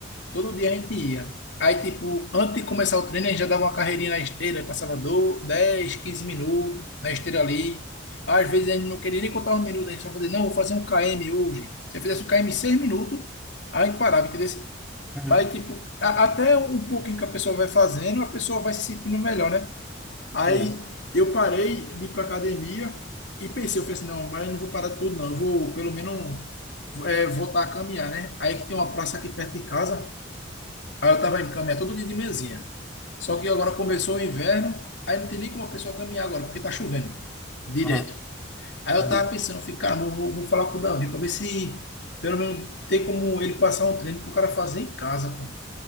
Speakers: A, on the left; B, in the centre.
A: Todo dia a gente ia. Aí, tipo, antes de começar o treino, a gente já dava uma carreirinha na esteira, aí passava do 10, 15 minutos na esteira ali. Às vezes a gente não queria nem contar os minutos, a gente só fazia, não, vou fazer um km hoje. Se eu fizesse um km em 6 minutos, aí a gente parava, entendeu?
B: Uhum.
A: Mas, tipo, a- até um pouquinho que a pessoa vai fazendo, a pessoa vai se sentindo melhor, né? Aí
B: Entendi.
A: eu parei de ir para academia e pensei, eu falei assim, não, mas eu não vou parar tudo, não. Eu vou pelo menos um, é, voltar a caminhar, né? Aí que tem uma praça aqui perto de casa. Aí eu tava indo caminhar todo dia de manhãzinha. Só que agora começou o inverno, aí não tem nem como a pessoa caminhar agora, porque tá chovendo direto.
B: Aham.
A: Aí eu
B: Entendi.
A: tava pensando, ficar, vou, vou vou falar com o Davi para ver se pelo menos tem como ele passar um treino pro cara fazer em casa, pô.